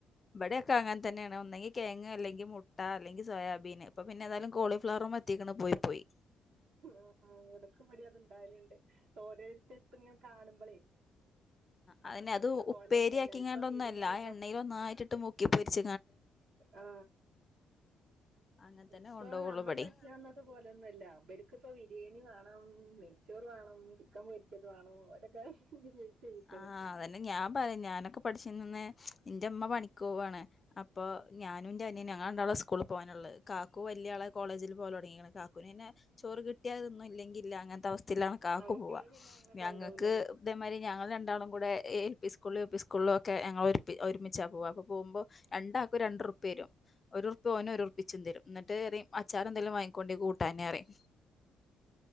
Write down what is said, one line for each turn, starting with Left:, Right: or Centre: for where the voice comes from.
Left: ഇവിടെ ക്ക അങ്ങനെ തന്നെയാണ്. ഒന്നെകിൽ കെയങ്ങ് അലെങ്കിൽ, മുട്ട അല്ലെങ്കിൽ, സോയാബീൻ. ഇപ്പൊപിന്നെ ഏതായാലും കോളിഫ്ലവറും എത്തിക്ക്ണ്. പ്പോ പൊയി പോയി
Right: ആ ആ ഉടക്ക് പടിയത്ണ്ടാവല്ണ്ട് ഓരോര്ത്ത അങ്ങനെ കാണുമ്പളേയ്?
Left: അതന്നെ അത് ഉപ്പേരിയാക്കിങ്ങാണ്ട്
Right: പോലെയൊന്നും അല്ല ഇപ്പൊ
Left: ഒന്നുംല്ല
Right: ബിരിയാണി
Left: ആ എണ്ണീൽ ഒന്നായിറ്റ്ട്ട് മുക്കി പൊരിച്ച
Right: ആ
Left: അങ്ങനെ തന്നെ
Right: ഇപ്പൊ
Left: കൊണ്ടോവുള്ളു
Right: ഞമ്മള്
Left: ഇബടിം
Right: പഠിച്ചു വന്നത് പോലൊന്നും അല്ല ഇവർക്ക് ഇപ്പോ ബിരിയേണി വേണം നെയ്ച്ചോറ് വാണം ചിക്കം പൊരിച്ചത് വാണം ഓരൊക്കെ വിജയിച്ചിരിക്കണ്
Left: ആ അതന്നെ ഞാൻ പറിം ഞാനൊക്കെ പഠിച്ചിനന്ന് ഇന്റെ ഇമ്മ പണികോവാണ്. അപ്പൊ
Right: ആഹ്
Left: ഞാനുന്റെ അനിയന ഞങ്ങളണ്ടാളോ സ്കൂളിൽ പോവാനുള്ളത് കാക്കു വല്ല്യാളായി കോളേജിൽ പോവലൊടങ്ങീക്ണ് കാക്കൂന്ന്ന്നേ ചോറ് കിട്ടിയാതിന്നും ഇല്ലെ ഇല്ലെകിൽ ഇല്ല അങ്ങനത്തെ അവസ്ഥയിലാണ് കാക്കു
Right: ആൺകുട്ടികള്
Left: പോവാ
Right: പിന്നെ അങ്ങനെ
Left: ഞങ്ങൾക്ക്
Right: കൊണ്ടോവൂലല്ലോ
Left: ഇതേമാരി രണ്ടാളും കൂടെ എ എൽ പി സ്കൂളിലും യൂ പി സ്കൂളിലൊക്കെ ഞങ്ങൾ ഒരു ഒരുമിച്ചാ പോക പോകുമ്പോൾ രണ്ടാക്കും രണ്ട ണ്ട്രുപ്യ രും ഒരുറിപ്പ്യ ഓനും ഒരു റിപ്പ്യ ച്ചും തരും എന്നിട്ട്അറിയും അച്ചാറെന്തെകിലും വാങ്ങിക്കൊണ്ടിം കൂട്ടാന്അറിം